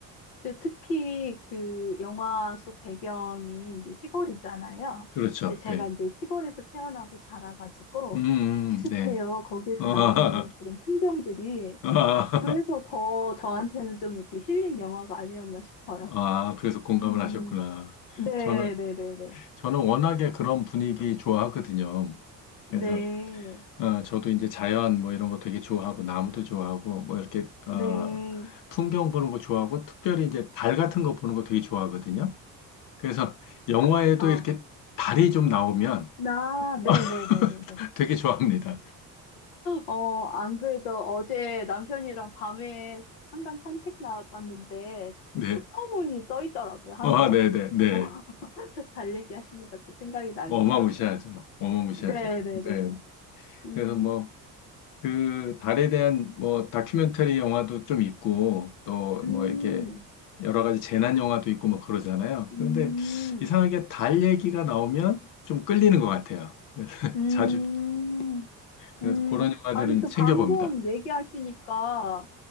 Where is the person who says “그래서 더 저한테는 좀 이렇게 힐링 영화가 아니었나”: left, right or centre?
Left